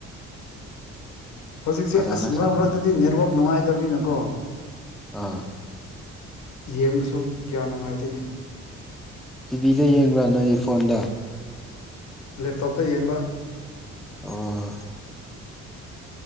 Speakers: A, on the left; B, in the centre.
A: ꯍꯧꯖꯤꯛꯁꯦ
B: ꯐꯖꯅ
A: ꯑꯁ ꯃ꯭ꯔꯛ
B: ꯁꯥꯟꯅꯍꯟꯗ
A: ꯃ꯭ꯔꯛꯇꯗꯤ ꯅꯦꯠꯋꯛ ꯅꯨꯡꯉꯥꯏꯇꯕꯅꯤꯅꯀꯣ
B: ꯑꯥ
A: ꯌꯦꯡꯕꯁꯨ ꯀꯌꯥ ꯅꯨꯡꯉꯥꯏꯇꯦꯅꯦ
B: ꯇꯤꯚꯤꯗ ꯌꯦꯡꯕ꯭ꯔ ꯅꯣꯏꯗꯤ ꯐꯣꯟꯗ
A: ꯂꯦꯞꯇꯣꯞꯇ ꯌꯦꯡꯕ
B: ꯑꯣ